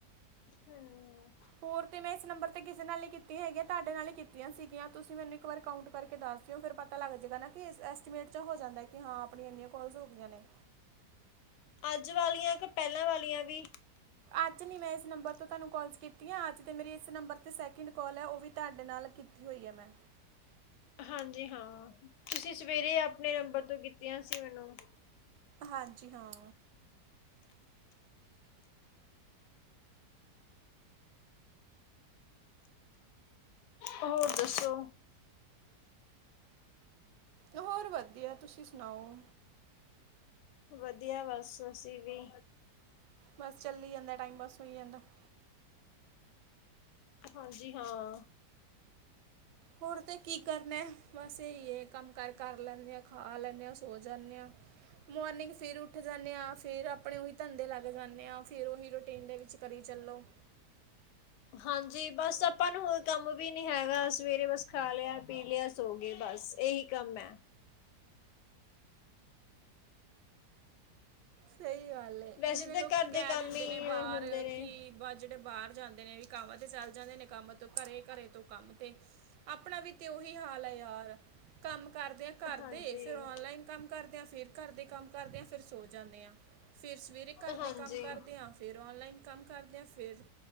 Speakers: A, on the left; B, on the right.
A: ਹਮ,
B: ਹੋਰ ਤੇ ਮੈਂ ਇਸ ਨੰਬਰ ਤੇ ਕਿਸੇ ਨਾਲ ਹੀ ਕੀਤੀਆਂ ਹੈਗੀਆਂ ਤੁਹਾਡੇ ਨਾਲ ਹੀ ਕੀਤੀਆਂ ਸੀਗੀਆਂ ਤੁਸੀਂ ਮੈਨੂੰ ਇੱਕ ਵਾਰ ਕਾਊਂਟ ਕਰਕੇ ਦੱਸ ਦਿਓ ਫਿਰ ਪਤਾ ਲੱਗ ਜਾਏਗਾ ਨਾ ਕਿ ਇਸ ਐਸਟੀਮੇਟ ਚ ਹੋ ਜਾਂਦਾ ਕਿ ਹਾਂ ਆਪਣੀਆਂ ਇੰਨੀਆਂ ਕੋਲਸ ਹੋ ਗਈਆਂ ਨੇ
A: ਅੱਜ ਵਾਲੀਆਂ ਕਿ ਪਹਿਲਾਂ ਵਾਲੀਆਂ ਵੀ
B: ਅੱਜ ਨਹੀਂ ਮੈਂ ਇਸ ਨੰਬਰ ਤੋਂ ਤੁਹਾਨੂੰ ਕੋਲਸ ਕੀਤੀ ਹਾਂ ਅੱਜ ਤਾਂ ਮੇਰੇ ਇਸ ਨੰਬਰ 'ਤੇ ਸੈਕਿੰਡ ਕੋਲ ਹੈ ਉਹ ਵੀ ਤੁਹਾਡੇ ਨਾਲ ਕੀਤੀ ਹੋਈ ਹੈ ਮੈਂ
A: ਹਾਂਜੀ ਹਾਂ ਤੁਸੀਂ ਸਵੇਰੇ ਆਪਣੇ ਨੰਬਰ ਤੋਂ ਕੀਤੀਆਂ ਸੀ ਮੈਨੂੰ
B: ਹਾਂਜੀ ਹਾਂ।
A: ਹੋਰ ਦੱਸੋ
B: ਹੋਰ ਵਧੀਆ ਤੁਸੀਂ ਸੁਣਾਓ
A: ਵਧੀਆ ਬਸ ਅਸੀਂ ਵੀ
B: ਬਸ ਚੱਲੀ ਜਾਂਦਾ ਟਾਈਮ ਪਾਸ ਹੋਈ ਜਾਂਦਾ
A: ਹਾਂਜੀ ਹਾਂ।
B: ਹੋਰ ਤੇ ਕੀ ਕਰਨਾ ਬਸ ਇਹੀ ਹੈ ਕੰਮ ਕਾਰ ਕਰ ਲੈਂਦੇ ਆ ਖਾ ਲੈਂਦੇ ਹਾਂ ਸੋ ਜਾਂਦੇ ਹਾਂ ਮੋਰਨਿੰਗ ਫੇਿਰ ਉੱਠ ਜਾਂਦੇ ਆਾਂ ਫਿਰ ਆਪਣੇ ਉਹੀ ਧੰਦੇ ਲੱਗ ਜਾਂਦੇ ਆਾਂ ਫਿਰ ਓਹੀ ਰੂਟੀਨ ਦੇ ਵਿੱਚ ਕਰੀ ਚੱਲੋ
A: ਹਾਂਜੀ ਬਸ ਆਪਾਂ ਨੂੰ ਹੋਰ ਕੰਮ ਵੀ ਨੀ ਹੈਗਾ ਸਵੇਰੇ ਬਸ ਖਾ ਲਿਆ ਪੀ ਲਿਆ ਸੋਗੇ ਬਸ ਇਹੀ ਕੰਮ ਹੈ
B: ਸਹੀ ਗੱਲ ਹੈ
A: ਵੈਸੇ
B: ਜਿਵੇਂ
A: ਤਾਂ
B: ਲੋਕੀ
A: ਘਰ
B: ਕਹਿ
A: ਦੇ ਕੰਮ
B: ਦਿੰਦੇ
A: ਹੀ
B: ਨੇ ਬਾਹਰ
A: ਹੁੰਦੇ ਨੇ
B: ਕਿ ਬਜ ਜਿਹੜੇ ਬਾਹਰ ਜਾਂਦੇ ਨੇ ਵੀ ਕੰਮ ਤੇ ਚਲ ਜਾਂਦੇ ਨੇ ਕੰਮ ਤੋਂ ਘਰੇ-ਘਰੇ ਤੋਂ ਕੰਮ ਤੇ ਆਪਣਾ ਵੀ ਤੇ ਉਹੀ ਹਾਲ ਹੈ ਯਾਰ ਕਮ ਘਰਦੇ-ਘਰਦੇ
A: ਹਾਂਜੀ।
B: ਫੇਰ ਔਨਲਾਈਨ ਕਮ ਕਰਦੇ ਆਂ ਫੇਰ ਘਰਦੇ ਕਮ ਕਰਦੇ ਆਂ ਫਿਰ ਸੋਜਾਨੇ ਜਾਂਦੇ ਹਾਂ ਫਿਰ ਸਵੇਰੇ ਘਰ
A: ਹਾਂਜੀ,
B: ਦੇ ਕੰਮ ਕਰਦੇ ਹਾਂ ਫਿਰ ਔਨਲਾਈਨ ਕੰਮ ਕਰਦੇਿਆਂ ਫਿਰ